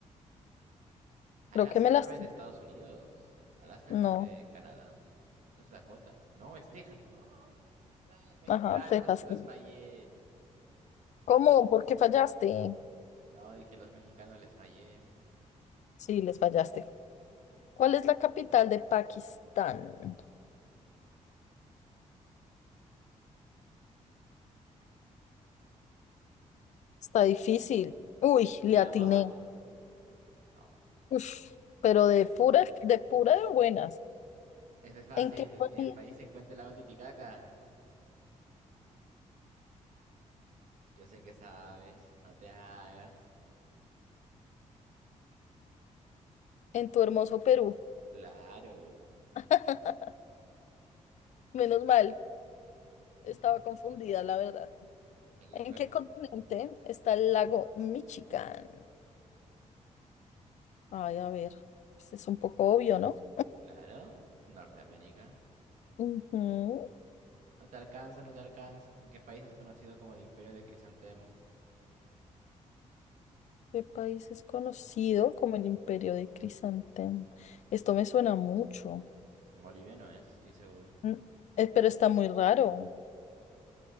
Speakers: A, on the right (about 75°); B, on the left (about 65°).
A: Alaska
B: Creo que me las...
A: no es de Estados Unidos. Alaska
B: No.
A: no es de Canadá. Entonces Dakota. No, es Texas. No, ah, mexicanos,
B: Ajá, Texas.
A: te los fallé.
B: ¿Cómo? ¿Por qué fallaste?
A: No, dije los mexicanos les fallé.
B: Sí, les fallaste. ¿Cuál es la capital de Pakistán? Está difícil. Uy,
A: Islamabad.
B: le atiné.
A: No.
B: Uf, pero de pura, de pura de buenas.
A: Este es fácil.
B: ¿En qué país?
A: En el país se encuentra el lago Titicaca. Yo sé que sabes. No te hagas.
B: En tu hermoso Perú.
A: Claro.
B: <laughs> Menos mal, estaba
A: <laughs>
B: confundida, la verdad.
A: En,
B: ¿En qué continente está el lago Michigan? Ay, a ver, pues es un poco obvio, ¿no?
A: Claro, Norteamérica.
B: Ujú.
A: No te alcanza, no te alcanza. ¿En qué país es conocido como el Imperio de Crisantemo?
B: De países conocido como el Imperio de Crisantemo. Esto me suena mucho,
A: Bolivia no es, estoy seguro.
B: Mm. Eh, pero está muy raro.